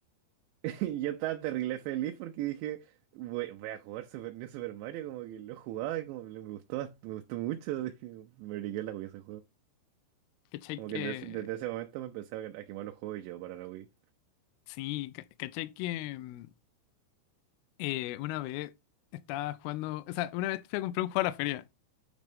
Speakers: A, on the right; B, on the left.
A: <laughs> Y yo estaba terrible feliz porque dije, voy, voy a jugar Super, New Super Mario, como que lo jugaba y como le- me gustó, bast- me gustó mucho, <laughs> me briqueó la Wii ese
B: ¿Cachai
A: Como
B: que...
A: que des- desde, ese momento me empecé a, a quemar los juegos yo para la Wii.
B: Sí, ca- ¿cachai que mm, eh, una vez estaba jugando... O sea, una vez fui a comprar un juego a la feria